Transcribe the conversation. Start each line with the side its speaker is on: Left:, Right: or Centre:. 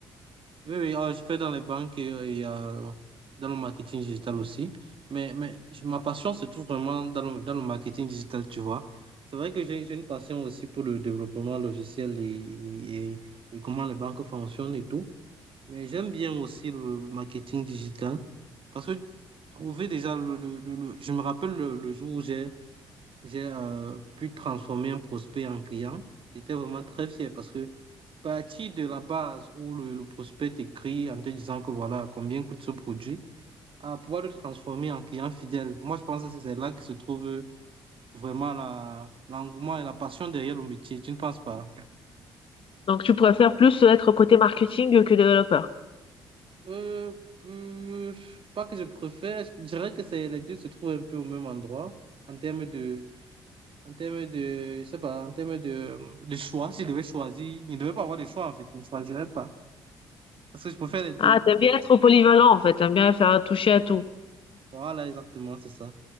Right: Oui, oui, euh, je fais dans les banques et, euh, et, euh, dans le marketing digital aussi. Mais, mais je- ma passion se trouve vraiment dans le, dans le marketing digital, tu vois. C'est vrai que j'ai j'ai une passion aussi pour le développement logiciel et, et, et- et comment les banques fonctionnent et tout. Mais j'aime bien aussi le marketing digital parce que trouver déjà le, le, le- le- je me rappelle le, le jour où j'ai j'ai euh, pu transformer un prospect en client. J'étais vraiment très fier parce que partir de la base où le, le prospect t'écrit en te disant que voilà combien coûte ce produit, à pouvoir le transformer en client fidèle. Moi, je pense que c'est c'est là que se trouve vraiment la, l'engouement et la passion derrière le métier. Tu ne penses pas?
Left: Donc, tu préfères plus être côté marketing que développeur.
Right: Euh, euh, pas que je préfère, je dirais que c'est, les deux se trouvent un peu au même endroit en termes de En termes de, je sais pas, en termes de, de choix, si je devais choisir, il ne devait pas avoir de choix en fait, je ne choisirais pas. Parce que je préfère les deux.
Left: Ah, t'aimes bien être polyvalent, en fait. T'aimes bien faire toucher à tout.
Right: Voilà, exactement, c'est ça.